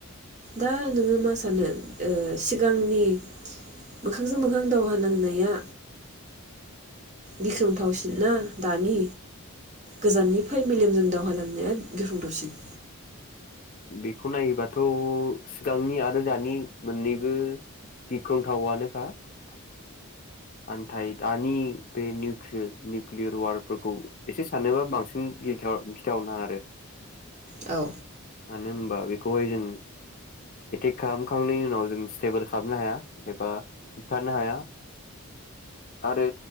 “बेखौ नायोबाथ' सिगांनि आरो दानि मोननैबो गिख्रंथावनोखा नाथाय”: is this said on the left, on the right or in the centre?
Left